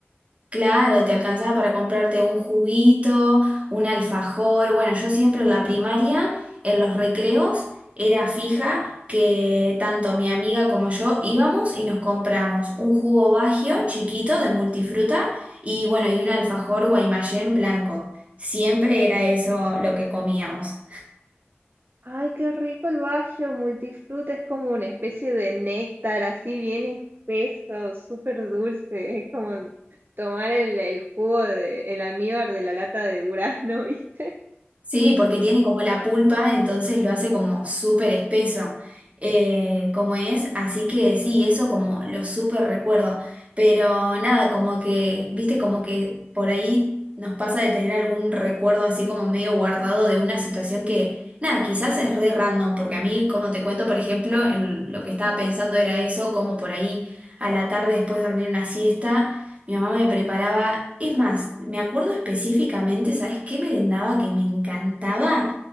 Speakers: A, on the right; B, on the right.
A: Claro, te alcanzaba para comprarte un juguito, un alfajor. Bueno, yo siempre en la primaria, en los recreos, era fija que tanto mi amiga como yo íbamos y nos compramos un jugo Baggio chiquito de multifruta y bueno, y un alfajor Guaymallén blanco. Siempre era eso lo que comíamos.
B: Ay, qué rico el Baggio Multifruta, es como una especie de néctar, así bien espeso, súper dulce, es como tomar el, el jugo de, el almíbar de la lata de durazno, <laughs> ¿viste?
A: Sí, porque tiene como la pulpa, entonces lo hace como súper espeso, eh, como es, así que sí, eso como lo súper recuerdo, pero nada, como que, viste, como que por ahí nos pasa de tener algún recuerdo así como medio guardado de una situación que, nada, quizás es re random, porque a mí, como te cuento, por ejemplo, en lo que estaba pensando era eso, como por ahí a la tarde después de dormir una siesta. Mi mamá me preparaba, es más, me acuerdo específicamente, ¿sabes qué merendaba que me encantaba?